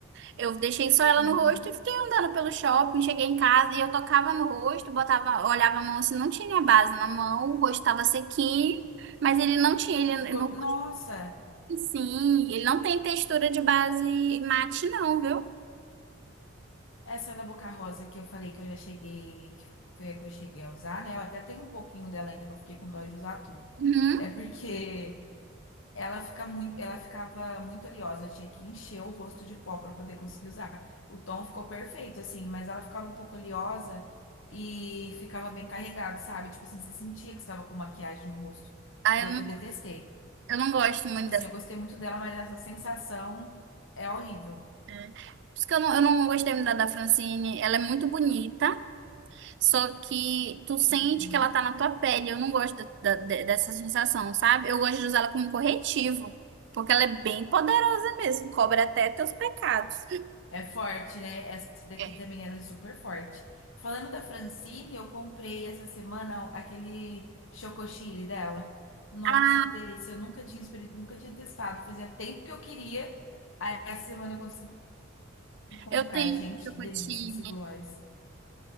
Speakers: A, on the right; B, on the left.
A: Eu deixei só ela
B: Uhum.
A: no rosto e fiquei andando pelo shopping. Cheguei em casa e eu tocava no rosto, botava, olhava a mão assim, não tinha base na mão, o rosto tava sequinho, mas ele não tinha, ele
B: Ficou.
A: não,
B: Nossa,
A: sim, ele não tem textura de base mate, não, viu?
B: essa da Boca Rosa que eu falei que eu já cheguei, que foi a que eu cheguei a usar, né? Eu até tenho um pouquinho dela ainda, que eu fiquei com dó de usar tudo.
A: Uhum.
B: É porque Ela fica muito, ela ficava muito oleosa, eu tinha que encher o rosto de pó para poder conseguir usar. O tom ficou perfeito, assim, mas ela ficava um pouco oleosa e ficava bem carregado, sabe? Tipo assim, você sentia que estava com maquiagem no rosto.
A: Ah,
B: E
A: eu
B: eu
A: não,
B: detestei.
A: eu não gosto muito
B: Tipo assim, eu gostei muito dela, mas essa sensação é horrível.
A: É. Por isso que eu não, eu não gostei muito da, da Francine. Ela é muito bonita, só que tu sente
B: Uhum.
A: que ela tá na tua pele. Eu não gosto da- da- de- dessa sensação, sabe? Eu gosto de usar ela como corretivo, porque ela é bem poderosa mesmo, cobra até teus pecados.
B: É forte, né? Essa daqui
A: É.
B: também ela é super forte. Falando da Francine, eu comprei essa semana aquele chocosile dela. Nossa,
A: Ah,
B: que delícia! Eu nunca tinha experi- nunca tinha testado. Fazia tempo que eu queria. Aí essa semana eu consegui comprar.
A: eu tenho
B: Gente,
A: chocotine.
B: que delícia esse gloss.